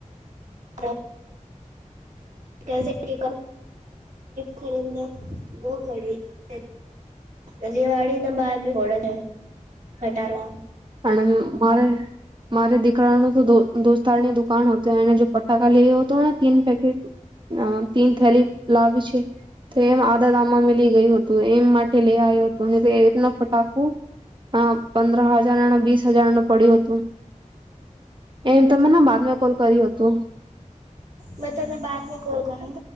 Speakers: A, on the right (about 65°); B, on the right (about 35°).
A: ને ખરી ખરી ને બ ઘડીજીવાળીને બારડે છે ઘટાડવા.
B: હણ મારે મારે દીકરા ન તો દોસ્તારની દુકાન હોતેને જો પટાકાા લ હો હતો ને તીન પેકેટ અ તીન થેલી લાવી છે તો એમ આધા દમાં મિલી ગયું હતું એમ માટે લઈ આવ્યો હતો તો એ ફટાકુ અ પંદ્ર બીસ હજાર ન પડ્યું હતું એમ તમે બાદમાં કોલ કર્યું હતું.
A: મે તને બાદ મે કોલ કરું.